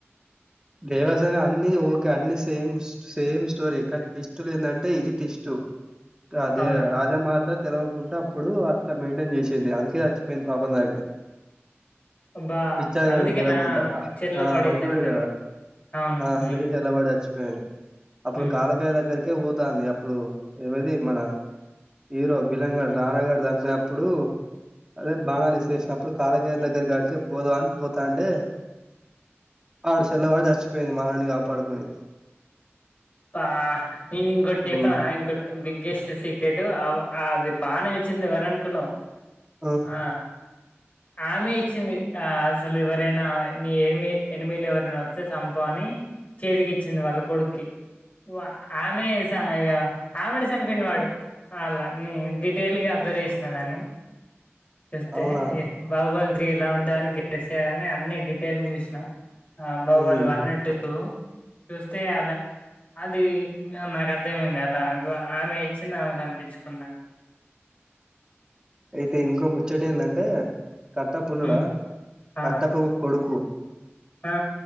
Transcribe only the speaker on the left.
అవునా
బా
అందుకేనా
చెట్లో
పడి
చనిపోయింది
అవును
ఉమ్
ఉమ్
ఆ నేన్ ఇంకోటి చెప్పనా
ఇంకో బిగ్గెస్ట్ సీక్రెట్ అది బానం ఇచ్చింది ఎవరనుకున్నావ్
ఆ ఆమె ఇచ్చింది ఆ అసలు ఎవరైనా నీ ఎనిమి ఎనిమిలు ఎవరైనా వస్తే చంపు అని చేతికిచ్చింది వాళ్ళ కొడుక్కి వ ఆమె స ఇగ ఆమెనే చంపిండు వాడు అలా నే డీటెయిల్గా అబ్జర్వ్ చేసిన దాన్ని చూస్తే
బాహుబలి త్రీ ఎలా ఉంటాందిని గెస్ చేయాలని అన్ని డీటెయిల్ చూసినా ఆ బాహుబలి
వన్ టూ త్రీ టు చూస్తే అలా అది ఇంగ నాకు అర్థమైంది అలా అగొ ఆమె ఇచ్చింది ఆమె చంపించుకుందని
హ్మ్. ఆ
ఆ